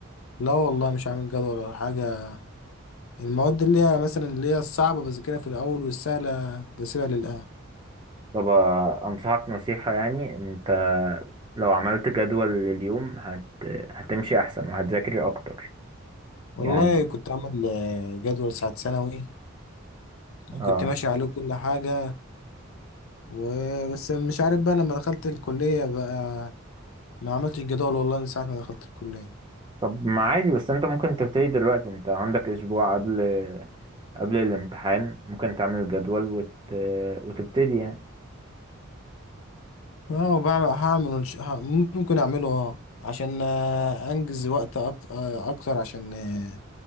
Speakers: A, on the left; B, on the right.
A: لا والله مش عامل جدول ولا حاجة المواد اللي هي مثلا اللي هي الصعبة بذاكرها في الأول والسهلة بسيبها للآخر
B: طب آه، انصحك نصيحة يعني انت لو عملت جدول لليوم هت... هتمشي احسن وهتذاكر اكتر
A: والله
B: يعني
A: كنت عامل آه، جدول ساعة ثانوي
B: اه
A: كنت ماشي عليه كل حاجة وبس مش عارف بقى لما دخلت الكلية بقى ما عملتش جدول والله من ساعة ما دخلت الكلية
B: طب ما عادي بس انت ممكن تبتدي دلوقتي انت عندك اسبوع قبل قبل الامتحان ممكن تعمل جدول وت... وتبتدي يعني
A: اه وبعمل هعمل إنش- ه- ممكن أعمله اه عشان آه، أنجز وقت أكت- آه، أكتر عشان آه،